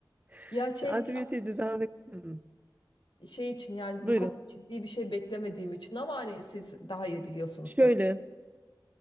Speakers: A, on the right; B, on the left.
A: <laughs>
B: Ya şey
A: Şu antibiyotiği düzenli Hmm,
B: şey için yani
A: buyurun.
B: bu kadar ciddi bir şey beklemediğim için ama hani siz daha iyi biliyorsunuz
A: Şöyle
B: tabii.